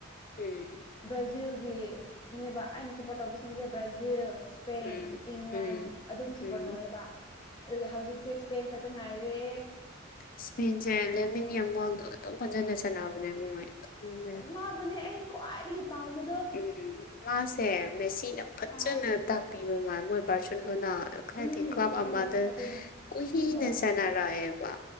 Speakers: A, on the left; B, on the left.
A: ꯎꯝ
B: ꯕ꯭ꯔꯥꯖꯤꯜꯒꯤꯅꯦꯕ ꯑꯩꯅ ꯁꯞꯄꯣꯔꯠ ꯇꯧꯕꯁꯤꯡꯁꯦ ꯕ꯭ꯔꯥꯖꯤꯜ꯫ ꯁ꯭ꯄꯦꯟ
A: ꯎꯝ
B: ꯏꯪꯂꯦꯟ
A: ꯎꯝ
B: ꯑꯗꯨꯝ ꯁꯞꯄꯣꯔꯠ
A: ꯎꯝ
B: ꯇꯧꯋꯦꯕ ꯑꯗꯨꯒ ꯍꯧꯖꯤꯛꯁꯦ꯫ ꯁ꯭ꯄꯦꯟ ꯈꯛꯇ ꯉꯥꯏꯔꯦ
A: ꯏꯁꯄꯦꯟꯁꯦ ꯂꯦꯃꯤꯟ ꯌꯃꯥꯜꯗꯣ ꯑꯗꯨꯝ ꯐꯖꯅ ꯁꯥꯟꯅꯕꯅꯦ ꯃꯣꯏ ꯈꯪꯗꯦ
B: ꯃꯥꯕꯨꯅꯦ ꯑꯩ ꯈ꯭ꯋꯥꯏꯗꯒꯤ ꯄꯥꯝꯕ
A: ꯎꯝ ꯃꯥꯁꯦ ꯃꯦꯁꯤꯅ ꯐꯖꯅ
B: ꯑꯥꯎ
A: ꯇꯥꯛꯄꯤꯕ ꯃꯥꯜ ꯃꯣꯏ ꯕꯥꯔꯁꯦꯂꯣꯅꯥ
B: ꯎꯝ
A: ꯍꯥꯏꯗꯤ ꯀ꯭ꯂꯕ
B: ꯎꯝ
A: ꯑꯃꯗ
B: ꯑꯗꯨꯅꯦ
A: ꯀꯨꯏꯅ
B: ꯍꯣꯏ
A: ꯁꯟꯅꯔꯛꯑꯦꯕ꯫